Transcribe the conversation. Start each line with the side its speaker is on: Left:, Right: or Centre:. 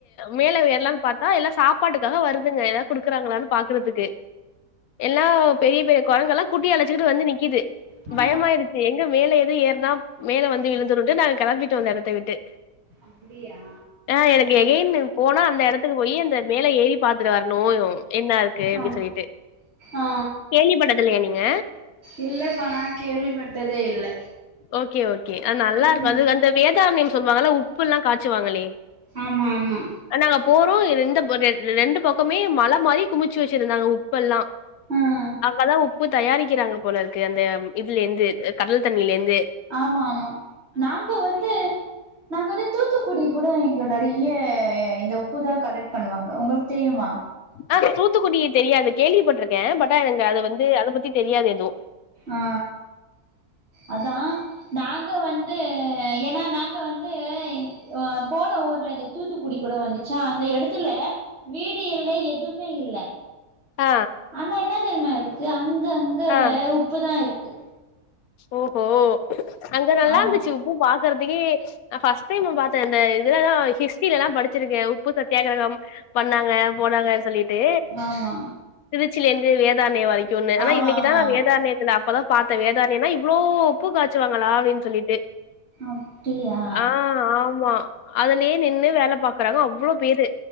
Left: மேலே ஏறலான்னு பாத்தா எல்லா சாப்பாட்டுக்காக வருதுங்க ஏதது குடுக்குறாங்களான்னு பாக்குறதுக்கு எல்லா பெரிய பெரிய கொரங்கு எல்லா குட்டி அழச்சிக்கிட்டு வந்து நிக்கிது
Right: ஆ
Left: பயமா இருக்கு எங்க மேல எது ஏறனா மேல வந்து விழுந்துருட்டு நாங்க கெளம்பிட்டு வந்த எடத்த விட்டு
Right: அப்பிடியா
Left: ஆ எனக்கு எகைன் போனா அந்த எடத்துக்கு போய் அந்த மேல ஏறி பாத்துட்டு வரணு என்ன இருக்கு அப்டின்னு
Right: ஆ
Left: சொல்லிட்டு
Right: ஆ
Left: கேள்வி பட்டதுல்லயா நீங்க
Right: இல்லப்பா நா கேள்விப்பட்டதே இல்ல
Left: ஓகே ஓகே அது நல்லா
Right: ம்
Left: இருக்கு அது அந்த வேதாலம் நேம் சொல்லுவாங்கல்ல உப்புல்லா காச்சுவாங்களே
Right: ஆமா ஆமா
Left: நாங்க போறோ இந்த ரெண்டு பக்கமே பல் மாரி குமிச்சு வெச்சிருந்தாங்க உப்பெல்லா
Right: ம்
Left: அங்கதா உப் ப்பூ தயாரிக்கிறாங்க போல இருக்கு அந்த இதுல இருந்து கடல் தண்ணில இருந்து
Right: ஆமா ஆமா நாங்க வந்து நாங்க வந்து தூத்துக்குடி கூட இங்க நெறைய இந்த உப்பு தா கலெக்ட் பண்ணுவாங்க உங்களுக்கு தெரியுமா
Left: ஆ தூத்துக்குடிய தெரியாது கேள்விபட்டிருக்கே பட்டா எனக்கு அது வந்து அத பத்தி தெரியாது எதுவு
Right: ஆ அதா நாங்க வந்து ஏனா நாங்க வந்து அ போன ஊர்ல இந்த தூத்துக்குடி கூட வந்துச்சா அந்த எடத்துல வீடு இல்லை எதுமே இல்ல
Left: ஆ
Right: ஆனா என்ன தெரிமா இருக்கு அங்க அங்க
Left: ஆ
Right: உப்பு தா இருக்கு
Left: ஓஹோ அங்க நல்லா
Right: ஆமா
Left: இருந்துச்சு உப்பு பாக்கறதுக்கே நா ஃபர்ஸ்ட் டைமு பாத்தே அந்த இதுலதா ஹிஸ்ட்ரியில எல்லா படிச்சிருக்கே உப்பு சத்தியாகிரகம் பண்ணாங்க போனாங்கன் சொல்லிட்டு
Right: ஆமா
Left: திருச்சில இருந்து வேதார்ணிய வரைக்குன்னு ஆனா
Right: ஆமா
Left: இன்னை
Right: ஆமா ஆமா
Left: தா நேத்து நா அப்பதா பாத்தே வேதார்ணியனா இவ்ளோ உப்பு காச்சுவாங்களா அப்டின்னு சொல்லிட்டு
Right: அப்டியா
Left: ஆ ஆமா அதுலயே நின்னு வேல பாக்குறாங்க அவ்ளோ பேரு